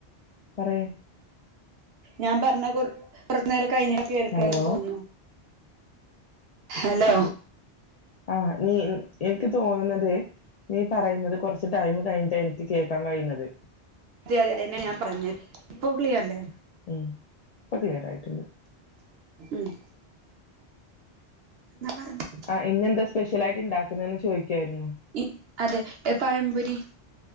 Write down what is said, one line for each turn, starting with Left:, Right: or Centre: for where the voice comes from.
Left: പറയ്
Right: ഞാൻ പറഞ്ഞ കൊ പുറത്തനേരം കഴിഞ്ഞ കേൾക്കന്ന്
Left: ഹലോ
Right: തോന്നു ഹലോ
Left: ആഹ് നീ എനിക്ക് തോന്നുന്നത് നീ പറയുന്നത് കുറച്ച് ടൈം കഴിഞ്ഞിട്ട എനിക്ക് കേൾക്കാൻ കഴിയുന്നത്
Right: അതെന്നെ ഞാൻഞ്ഞത് പോ ക്ലിയല്ലേ
Left: ഉം ഇപ്പൊ ക്ലിയർ ആയിട്ടുണ്ട്
Right: ഉം എന്നാ പറഞ്ഞോ
Left: ആഹ് ഇന്നെന്താ സ്പെഷ്യൽ ആായിട്ട് ഇണ്ടാക്കുന്നന്ന് ചോദിക്കായിരുന്നു
Right: ഇ അതെ എ പഴംപരി